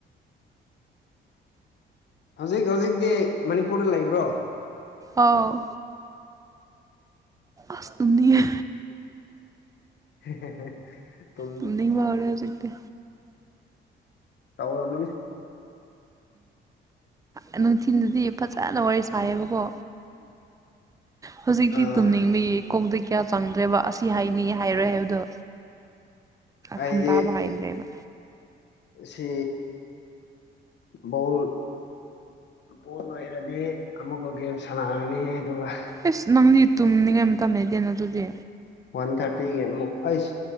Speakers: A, on the left; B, on the right.
A: ꯍꯧꯖꯤꯛ ꯍꯧꯖꯤꯛꯇꯤ ꯃꯅꯤꯄꯨꯔꯗ ꯂꯩꯕ꯭ꯔꯣ
B: ꯑꯥꯎ ꯑꯁ ꯇꯨꯝꯅꯤꯡꯉꯦ
A: ꯍꯦ ꯍꯦ ꯍꯦ ꯇꯨꯝ
B: ꯇꯨꯝꯅꯤꯡꯕ ꯍꯧꯔꯦ ꯍꯧꯖꯤꯛꯇꯤ
A: ꯀꯥꯎꯔꯝꯂꯅꯤ
B: ꯎꯝ ꯅꯨꯡꯊꯤꯜꯗꯗꯤ ꯐꯖꯅ ꯋꯥꯔꯤ ꯁꯥꯏꯌꯦꯕꯀꯣ ꯍꯧꯖꯤꯛꯇꯤ
A: ꯑꯥ
B: ꯇꯨꯝꯅꯤꯡꯕꯒꯤ ꯀꯣꯛꯇ ꯀꯌꯥ ꯆꯪꯗ꯭ꯔꯦꯕ ꯑꯁꯤ ꯍꯥꯏꯅꯤ ꯍꯥꯏꯔꯣꯏ ꯍꯥꯏꯕꯗꯣ
A: ꯑꯩꯗꯤ
B: ꯈꯟ ꯇꯥꯕ ꯍꯥꯏꯗ꯭ꯔꯦꯕ
A: ꯑꯁꯤ ꯕꯣꯜ ꯕꯣꯜ ꯂꯣꯏꯔꯗꯤ ꯑꯃꯨꯛꯀ ꯒꯦꯝ ꯁꯥꯟꯅꯔꯅꯤ ꯑꯗꯨꯒ
B: ꯑꯁ ꯅꯪꯗꯤ ꯇꯨꯝꯅꯤꯡꯉꯥꯏ ꯃꯇꯝ ꯂꯩꯇꯦꯅ ꯑꯗꯨꯗꯤ
A: ꯋꯥꯟ ꯊꯔꯇꯤꯒꯤ ꯑꯃꯨꯛ ꯑꯁ